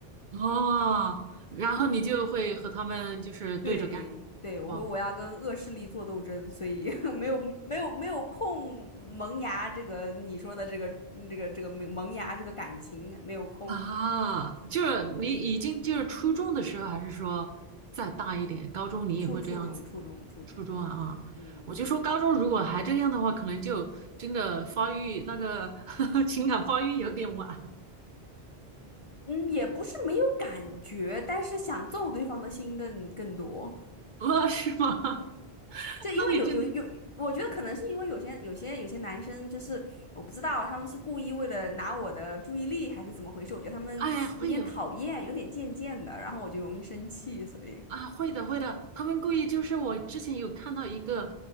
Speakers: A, on the right (about 55°); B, on the left (about 45°).
A: 哦，然后你就会和他们就是对着干，
B: 对对，我会我要跟恶势力做斗争，
A: 哇
B: 所以 <laughs> 没有没有没有空萌芽这个你说的这个嗯这个这个萌萌芽这个感情没有空，
A: 啊，就是你已经就是初中的时候，还是说再大一点，高中你也会这样子？
B: 初初中初中初中初中，
A: 初中啊，
B: 嗯嗯
A: 我就说高中如果还这样的话，可能就真的发育那个 <laughs> 情感发育有点晚
B: 嗯，也不是没有感觉，但是想揍对方的心更更多。
A: 了，<laughs> 是吗？<laughs>
B: 就因为有有有，
A: 那你真的
B: 我觉得可能是因为有些有些有些男生就是我不知道他们是故意为了拿我的注意力还是怎么回事，我觉得他们有点讨厌，
A: 哎，会有。
B: 有点贱贱的，然后我就容易生气，所以
A: 啊，会的，会的。他们故意就是我之前有看到一个